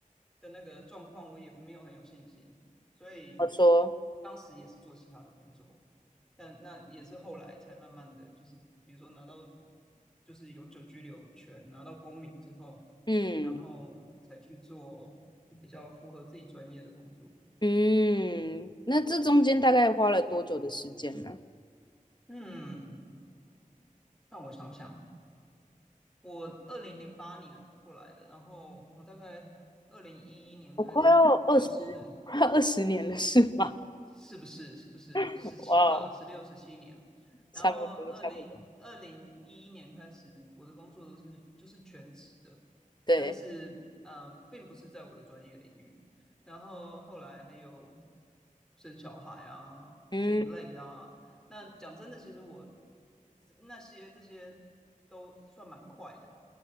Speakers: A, in the centre; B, on the left (about 30°).
A: 的那个状况，我也没有很有信心，所以
B: 我说，
A: 当时也是做其他的工作，但那也是后来才慢慢的就是，比如说拿到就是永久居留权，拿到公民之后。
B: 嗯
A: 然后才去做比较符合自己专业的工作。
B: 嗯，那这中间大概花了多久的时间呢？
A: 嗯，让我想想，我二零零八年过来的，然后我大概二零一一年开始就是
B: 我快要二十，快要二十年了，是吗？
A: 是不是？是不是十七吧？
B: <laughs> 哇哦，
A: 十六、十七年，然后二零二零一一年开始，
B: 差不多，差不多，
A: 我的工作都是就是全职的，
B: 对，
A: 但是嗯、呃并不是在我的专业领域。然后后来还有生小孩啊这一类的啊。
B: 嗯，
A: 那讲真的，其实我那些这些都算蛮快的，